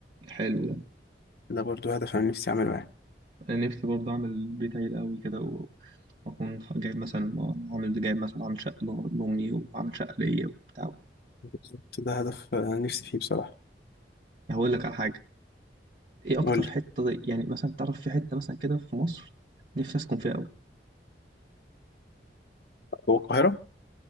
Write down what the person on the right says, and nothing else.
حلو ده
انا نفسي برضه اعمل بيت عيلة قوي كده و- واكون جايب مثلا عامل جايب مثلا عامل شقة ل- لامي وعامل شقة ليا وبتاع
هقول لك على حاجة ايه اكتر
حتة يعني مثلا تعرف في حتة مثلا كده في مصر نفسي اسكن فيها قوي